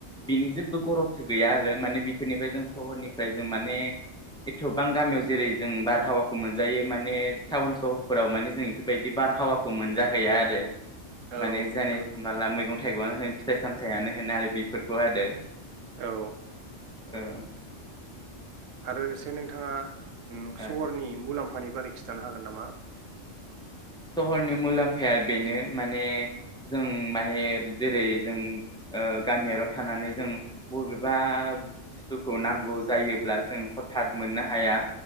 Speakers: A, in the centre; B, on the right.
A: बिनि जेबो खरफसो गैया आरो माने बेफोरनिफ्राय जों सहरनिफ्राय जों माने एथ'बां गामियाव जेरै जों बारहावाखौ मोनजायो माने टाउन सहरफोराव माने जों बेफोरबायदि बारहावाखौ मोनजाहैया आरो
B: औ
A: माने जानै माला मैगं थाइगंनो होन फिथाइ सामथायाइयानो होन आरो बेफोरखौ आरो
B: औ
A: ओं
B: आरो एसे नोंथाङा उम सहरनि
A: ओ
B: मुलामफा फानि बारै खिन्थानो हागोन नामा
A: सहरनि मुलाम्फाया बेनो माने जों माने जेरै जों ओ गामियारियाव थानानै जों बबेबा बुस्थुखौ नांगौ जायोब्ला जों हथात मोननो हाया